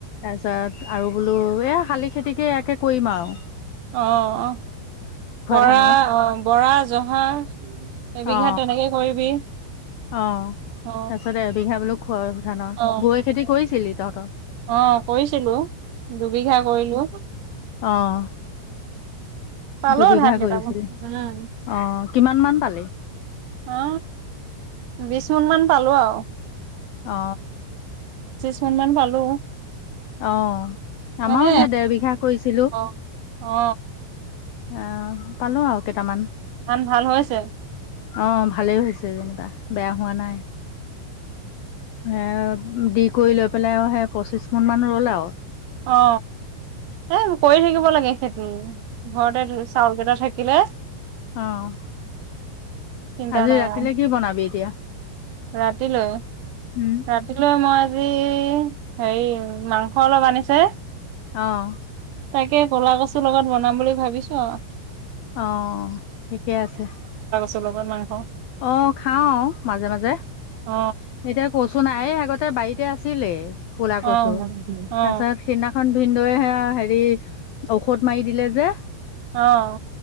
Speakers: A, on the left; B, on the right.
A: তাত আৰু বোলো এ শালি খেতিকে এয়াকে কৰিম আও।
B: অ অ বৰা
A: ধানৰ
B: অ বৰা জহা এবিঘা
A: অ
B: তেনেকে কৰিবি।
A: অ
B: অ
A: তাৰপিছত এবিঘা বোলো খোৱা ধানৰ
B: আহ
A: বৈ খেতি কৰিছিলি তহঁতৰ
B: আহ কৰিছিলো, দুবিঘা কৰিলো।
A: অঁ
B: পালো
A: দুবিঘা
B: ধান কেইটামান
A: কৰিছিলে, অ কিমান মান পালি?
B: অ বিশ মুন মান পালো আও।
A: অ।
B: কেটামান পালো।
A: অ' আমাৰো
B: মানে
A: সে ডেৰবিঘা কৰিছিলো।
B: অ অ
A: অ পালো আৰু কেইটামান।
B: ধান ভাল হৈছে
A: অ ভালেই হৈছে যেনিবা। বেয়া হোৱা নাই। এ দি কৰি লৈ পেলাই সে পঁচিশ মোন মান ৰ'ল আৰু।
B: অ এ কৰি থাকিব লাগে খেতি। ঘৰতে চাউল কেইটা থাক কিনে?
A: অহ।
B: চিন্তা
A: আজি
B: নাই
A: ৰাতিলে
B: আৰু
A: কি বনাবি এতিয়া?
B: ৰাতিলৈ
A: উম
B: ৰাতিলৈ মই আজি হেৰি মাংস অলপ আনিছে
A: অহ।
B: তাকে ক'লা কচু লগত বনাম বুলি ভাবিছো আও।
A: অ' ঠিকে আছে।
B: ভাত লগত মাংস।
A: অ' খাওঁ মাজে -মাজে।
B: অ
A: এতিয়া কচু নাইয়ে আগতে বাৰীত- এতিয়া আছিলে। ক'লা
B: অ
A: কচু। তাৰ
B: অ
A: পিছত সিদিনাখন ভিনদউয়ে হেয়া হেৰি ঔষধ মাৰি দিলে যে।
B: আহ